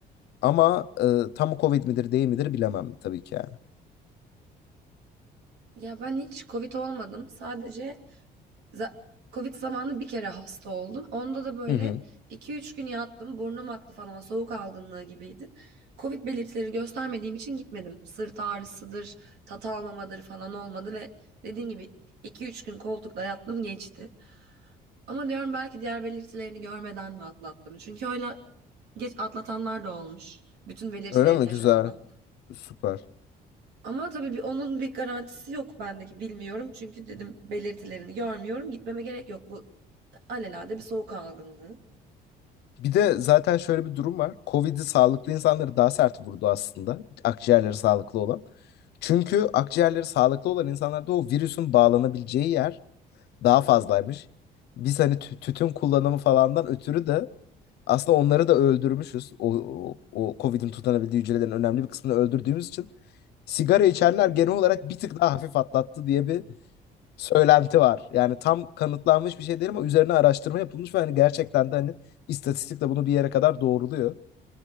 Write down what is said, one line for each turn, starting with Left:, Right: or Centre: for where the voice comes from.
Left: Ama e, tam Covid midir değil midir bilemem tabii ki yani.
Right: Ya ben hiç Covid olmadım. Sadece Za- Covid zamanı bir kere hasta oldum. Onda da böyle
Left: Hı hı.
Right: iki üç gün yattım. Burnum aktı falan. Soğuk algınlığı gibiydi. Covid belirtileri göstermediğim için gitmedim. Sırt ağrısıdır, tat almamadır falan olmadı ve dediğim gibi iki üç gün koltukta yattım geçti. Ama diyorum belki diğer belirtilerini görmeden mi atlattım? Çünkü öyle geç atlatanlar da olmuş. Bütün belirtilerini
Left: Öyle mi?
Right: yaşamadan.
Left: Güzel. Süper.
Right: Ama tabii bir, onun bir garantisi yok bendeki bilmiyorum. Çünkü dedim belirtilerini görmüyorum. Gitmeme gerek yok. Bu Alelade bir soğuk algınlığı.
Left: Bir de zaten şöyle bir durum var. Covid'i sağlıklı insanları daha sert vurdu aslında. Akciğerleri sağlıklı olan. Çünkü akciğerleri sağlıklı olan insanlarda o virüsün bağlanabileceği yer Daha fazlaymış. Biz hani tü- tütün kullanımı falandan ötürü de aslında onları da öldürmüşüz. O, o, o COVID'in tutanabildiği hücrelerin önemli bir kısmını öldürdüğümüz için sigara içenler genel olarak bir tık daha hafif atlattı diye bir söylenti var. Yani tam kanıtlanmış bir şey değil ama üzerine araştırma yapılmış ve hani gerçekten de hani istatistik de bunu bir yere kadar doğruluyor.